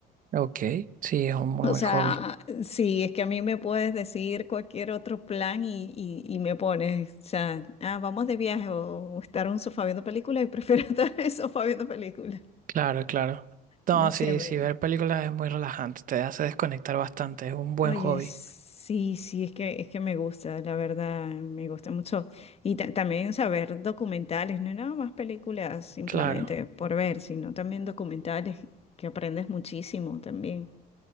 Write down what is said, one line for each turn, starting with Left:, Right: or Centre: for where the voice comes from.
Right: ok, sí, es un muy
Left: O
Right: buen
Left: sea,
Right: hobby.
Left: sí, es que a mí me puedes decir cualquier otro plan y, y- y me pones, o sea, ah, vamos de viaje o estar en un sofá viendo películas y prefiero <laughs> estar en el sofá viendo películas.
Right: Claro, claro. No,
Left: No
Right: sí,
Left: sé, me...
Right: sí, ver películas es muy relajante, te hace desconectar bastante, es un buen
Left: Oye,
Right: hobby.
Left: sí, sí, es que, es que me gusta, la verdad, me gusta mucho. Y ta- también saber documentales, no nada más películas simplemente
Right: Claro,
Left: por ver, sino también documentales que aprendes muchísimo también.